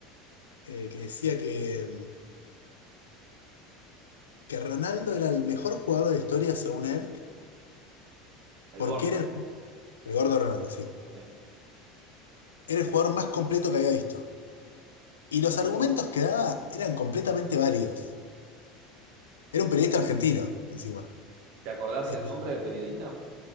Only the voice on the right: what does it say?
el
gordo.
eh.
¿Te acordás
el nombre del periodista?